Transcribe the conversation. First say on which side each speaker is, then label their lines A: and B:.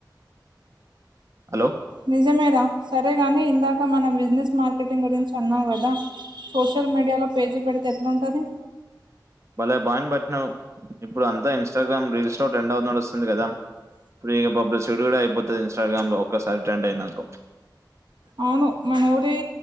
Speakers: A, on the right; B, on the right.
A: హలో
B: నిజమే రా సరే గాని ఇందాక మన బిజినెస్ మార్కెటింగ్ గురించి ఉన్నాం కదా సోషల్ సోషల్ మీడియాలో పేజీ పెడితే ఎట్లా ఉంటది
A: భలే పాఇంట్ పట్టినవ్ ఇప్పుడు అంతా ఇన్స్టాగ్రామ్ రీల్స్ లోో ట్రెండ్ అవే నడుస్తుంది కదా ఫ్రీగా పబ్లిసిటీ కూడా అయిపోతది ఇన్స్టాగ్రామ్ లో ఒక్కసారి ట్రెండ్ అయిందనుకో
B: అవును మానఊరి